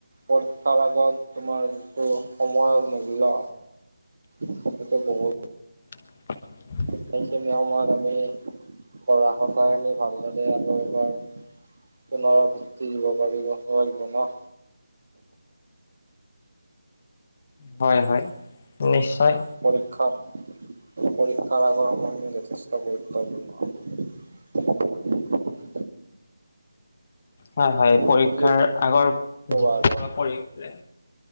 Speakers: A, on the right (about 65°); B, on the left (about 30°).
A: পৰীক্ষাৰ আগত তোমাৰ যিটো সময়ৰ মূল্য, সেইটো বহুত।
B: <inaudible>
A: সেইখিনি সময়ত আমি পঢ়া <unintelligible> খিনি ভালদৰে আৰু এবাৰ পুনৰাবৃত্তি দিব পাৰিব ন।
B: হয়- হয় নিশ্চয়।
A: পৰীক্ষাত পৰীক্ষাৰ আগৰ সময়খিনি যথেষ্ট গুৰুত্বপূৰ্ণ।
B: হয়-হয় পৰীক্ষাৰ
A: তুমি কি
B: আগৰ <unintelligible>
A: কবা আৰু